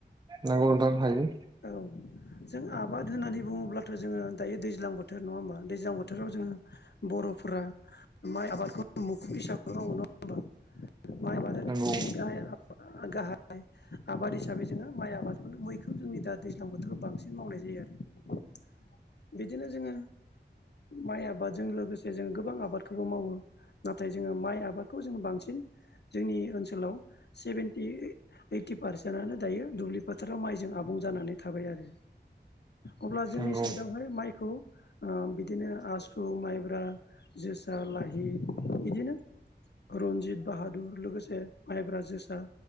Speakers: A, on the right; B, on the left.
A: नोंगौ नोंथां हायो
B: औ जों आबाद होननानै बुङोब्लाथ' जोङो दायो दैज्लां बोथोर नङा होमबा दैज्लां बोथोराव जोङो बर'फोरा माइ आबादखौ मुखुब हिसाब मावांगौ नङा होमबा माइ मानो
A: नंगौ
B: जोंनि गाहाय गाहाय आबाद हिसाबै जोङो माइ आबादखौनो मैखौ जोंनि दा दैज्लां बोथोराव बांसिन मावनाय जायो आरो <inaudible> बिदिनो जोङो माइ आबादजों लोगोसे जों गोबां आबादखौबो मावो नाथाय जोङो माइ आबादखौ जोङो बांसिन जोंनि ओनसोलाव सेभेेनटि ओइटि पारसेन्टआनो दायो दुब्लि फोथाराव माइ आबुं जानानै थाबाय आरो अब्ला जोंनि
A: नंगौ
B: साइडआवहाय माइखौ बिदिनो आसु माइब्रा जोसा लाहि बिदिनो रनजित बाहादुर लोगोसे माइब्रा जोसा